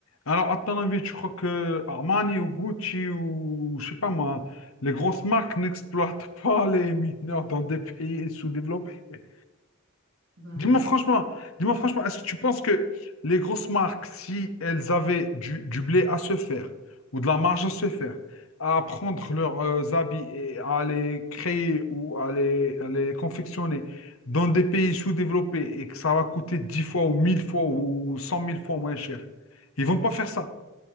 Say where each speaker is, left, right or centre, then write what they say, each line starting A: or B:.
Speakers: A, on the left; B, on the right.
A: Alors, à ton avis, tu crois que Armani ou Gucci ou, je sais pas moi, les grosses marques n'exploitent pas les mineurs dans des pays sous-développés?
B: Bah
A: Dis-moi
B: oui,
A: franchement,
B: c'est-
A: dis-moi franchement, est-ce que tu penses que les grosses marques, si elles avaient du, du blé à se faire ou de la marge à se faire, à prendre leurs euh, habits et à les créer ou à les, à les confectionner dans des pays sous-développés et que ça va coûter 10 fois ou 1000 fois ou cent mille fois moins cher, ils vont pas faire ça.